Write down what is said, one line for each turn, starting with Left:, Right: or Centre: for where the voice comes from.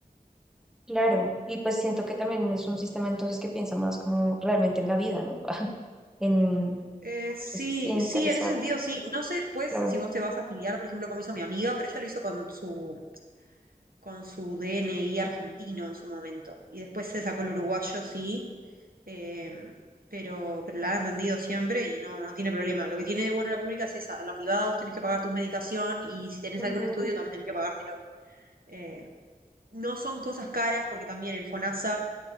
Centre: Claro, y pues siento que también es un sistema entonces que piensa más como realmente en la vida, ¿no? <laughs> En,
Right: Eh, sí,
Centre: pues, sí, interesar,
Right: sí, en ese sentido, sí. No sé después
Centre: claro.
Right: si vos te vas a afiliar, por ejemplo, como hizo mi amiga, pero ella lo hizo con su, con su DNI argentino en su momento y después se sacó el uruguayo, sí eh, pero, pero la han atendido siempre y no, no tiene problema. Lo que tiene de bueno la pública es esa, la privada vos tenés que pagar tu medicación y si tenés
Centre: Ujú,
Right: algún estudio también tenés que pagártelo. Eh, no son cosas caras porque también el FONASA